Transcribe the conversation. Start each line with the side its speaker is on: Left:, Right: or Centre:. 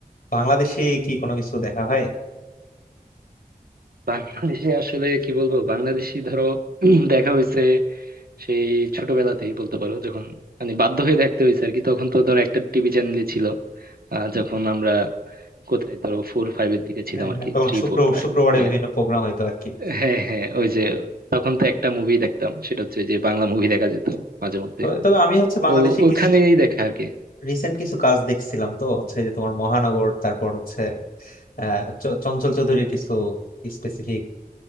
Left: বাংলাদেশে কি কোনো কিছু দেখা হয়
Right: বাংলাদেশে আসলে কি বলবো বাংলাদেশি ধরো <clears throat> দেখা হয়েছে সেই ছোটবেলাতেই বলতে পারো যখন মানে বাধ্য হয়ে দেখতে হয়েছে আর কি তখন তো ধরো একটা টিভি চ্যানেলই ছিল আহ, যখন আমরা কোথায় ধরো ফোর ফাইভ এর দিকে ছিলাম
Left: হ্যাঁ
Right: আর
Left: হ্যাঁ
Right: কি
Left: তখন
Right: থ্রি
Left: শুক্র
Right: ফোর ফাইভ
Left: শুক্রবারে
Right: হ্যাঁ
Left: বিভিন্ন প্রোগ্রাম হইতো আর কি
Right: হ্যাঁ হ্যাঁ, ওই যে তখন তো একটা মুভি দেখতাম সেটা হচ্ছে যে বাংলা মুভি দেখা যেত মাঝে মধ্যে
Left: তবে তবে আমি হচ্ছে বাংলাদেশে
Right: তো ওখানেই
Left: কিছু
Right: দেখা আর কি
Left: রিসেন্ট কিছু কাজ দেখছিলাম তো হচ্ছে যে তোমার মহানগর তারপর হচ্ছে আহ চ- চঞ্চল চৌধুরীর কিছু স্পেসিফিক